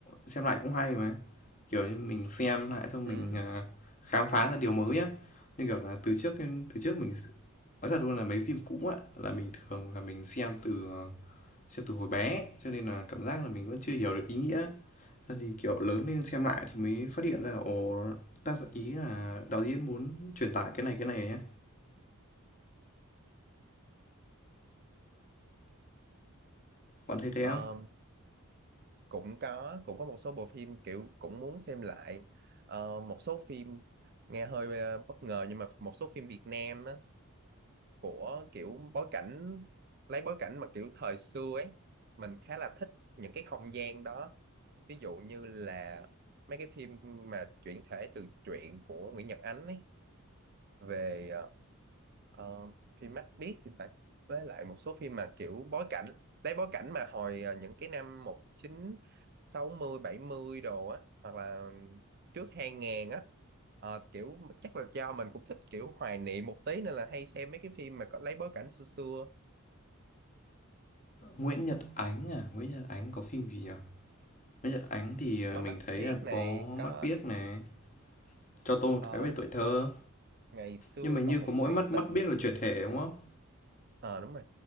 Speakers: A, on the left (about 35°); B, on the right (about 45°).
A: xem lại cũng hay mà. Kiểu như mình xem lại xong
B: Ừ.
A: mình, à, khám phá ra điều mới á. Như kiểu là từ trước đến từ trước mình nói thật luôn là mấy phim cũ á, là mình thường là mình xem từ, ờ, xem từ hồi bé, cho nên là cảm giác là mình vẫn chưa hiểu được ý nghĩa. sau thì, kiểu, lớn lên xem lại thì mới phát hiện ra, ồ, tác giả ý là đạo diễn muốn truyền tải cái này, cái này á. Bạn thấy thế
B: Ờ,
A: không?
B: cũng có cũng có một số bộ phim kiểu cũng muốn xem lại Ờ, một số phim nghe hơi ờ, bất ngờ nhưng mà một số phim Việt Nam á, của kiểu bối cảnh lấy bối cảnh mà kiểu thời xưa ấy mình khá là thích những cái không gian đó ví dụ như là mấy cái phim mà chuyển thể từ truyện của Nguyễn Nhật Ánh ấy về ờ, Ờ, phim mắt biết thì phải với lại một số phim mà kiểu bối cảnh lấy bối cảnh mà hồi ờ, những cái năm một chín sáu mươi bảy mươi đồ á hoặc là trước 2000 á Ờ, kiểu chắc là do mình cũng thích kiểu hoài niệm một tí nên là hay xem mấy cái phim mà có lấy bối cảnh xưa xưa
A: Nguyễn Nhật Ánh à? Nguyễn Nhật Ánh có phim gì nhỉ? Nguyễn Nhật Ánh thì ờ,
B: có
A: mình
B: mắt
A: thấy
B: biết
A: là
B: này
A: có
B: có
A: Mắt Biếc này, Cho tôi một
B: ờ,
A: vé về tuổi
B: ờ,
A: thơ.
B: ngày xưa
A: Nhưng mà như
B: có một
A: có mỗi
B: chuyện
A: Mắt
B: tình
A: Mắt Biếc là chuyển thể đúng không?
B: ờ đúng rồi